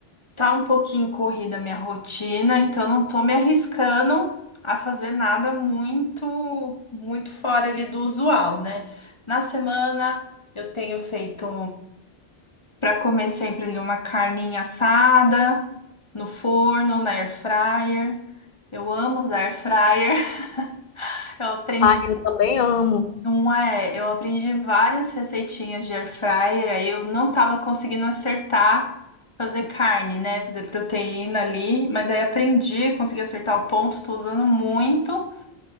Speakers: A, on the left; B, on the left.
A: Tá um pouquinho corrida a minha rotina, então não tô me arriscando a fazer nada muito, muito fora ali do usual, né? Na semana eu tenho feito para comer sempre ali uma carninha assada no forno, na air fryer. Eu amo usar air fryer. <laughs> Eu aprendi
B: Ah, eu também amo.
A: Não é, eu aprendi várias receitinhas de air fryer, aí eu não tava conseguindo acertar fazer carne, né? Fazer proteína ali, mas aí aprendi, consegui acertar o ponto, tô usando muito.